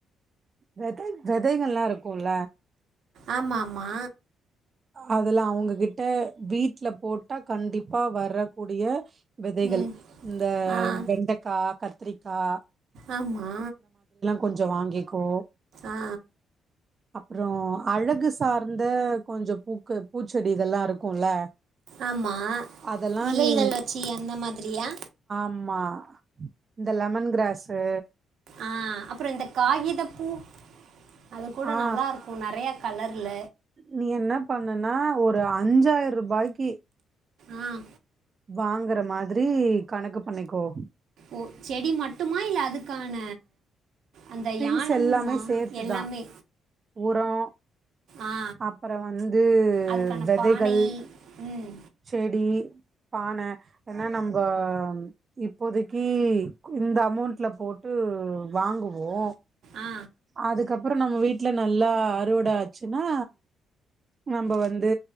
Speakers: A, on the right; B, on the right.
A: வெத வெதைகள்லா இருக்கூல
B: ஆமா ஆமா
A: அதுல அவங்ககிட்ட வீட்டுல போட்டா கண்டிப்பா வரக்கூடிய வெதைகள்
B: ம்
A: இந்த
B: ஆ
A: வெண்டக்கா கத் த்திரிகா
B: ஆமா
A: கொஞ்சொ வாங்கிக்கோ
B: ஆ
A: அப்புறோ அழகு சார்ந்த கொஞ்சொ பூக்க பூச்செடிகல்லா இருக்குல்ல
B: ஆமா
A: அதெல்லா
B: இலைகள்
A: நீ
B: வெச்சு அந்த மாதிரியா
A: ஆமா இந்த லெமன் கிராஸ்ஸு
B: ஆஹ் அப்புற இந்த காகித பூ அது கூட
A: ஆ
B: நல்லா இருக்கு நெறைய கலர்ல
A: நீ என்ன பண்ணுனா ஒரு அஞ்சாயிர ரூபாய்க்கு
B: ஆஹ்
A: வாங்கற மாதிரி கணக்கு பண்ணிக்கோ
B: ஓ செடி மட்டுமா இல்ல அதுக்கான அந்த
A: திங்ஸ்
B: யானமுமா
A: எல்லாமே சேர்த்துதா
B: எல்லாமே
A: உரொ
B: ஆ
A: அப்புற வந்து
B: அதுக்கான
A: வெதைகள்
B: பானை ம்
A: செடி பான ஏன்னா நம்ப இப்போதைக்கு இந்த அமௌண்ட்ல போட்டு வாங்குவோ
B: ஆ
A: அதுக்கப்புறொ நம்ம வீட்ல நல்லா அறுவட ஆச்சுன்னா நம்ப வந்து